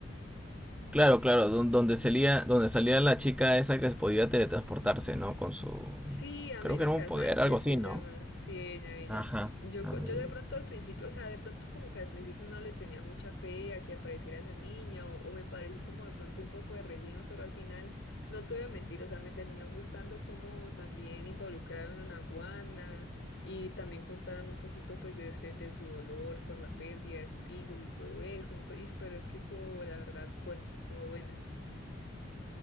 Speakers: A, in the centre; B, on the left.
A: Claro, claro, don- donde salía, donde salía la chica esa que podía teletransportarse, ¿no? Con su...
B: Sí, América
A: Creo que era un poder,
B: Sánchez
A: algo así,
B: se llama.
A: ¿no?
B: Sí, ella, ella.
A: Ajá.
B: Yo,
A: a
B: co-
A: ver.
B: yo de pronto al principio, o sea, de pronto como que al principio no le tenía mucha fe a que apareciera esa niña o, o me pareció como de pronto un poco de relleno, pero al final no te voy a mentir, o sea, me terminó gustando como también involucraron a Wanda y también contaron un poquito pues de, ese- de su dolor por la pérdida de sus hijos y todo eso, pues, y- pero es que estuvo la verdad fuerte, estuvo buena.